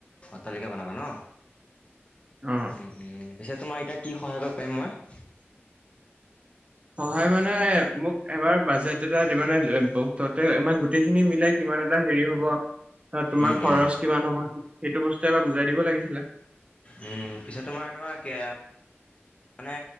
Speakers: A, on the left; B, on the right.
A: অট্টালিকা বনাবা ন,
B: অ
A: উম্-উম্। পিছে তোমাৰ এতিয়া কি সহায় কৰিব পাৰিম মই।
B: সহায় মানে মোক এবাৰ বাজেট এটা দিবানে বহু ততে আমাৰ গোটেই খিনি মিলাই কিমান এটা হেৰি হ'ব তোমাৰ
A: উম
B: খৰচ
A: উম
B: কিমান হ'ব সেইটো বস্তুৱে এবাৰ বুজাই দিব লাগিছিলে।
A: উম, পিছে তোমাৰ একেবাৰে কে মানে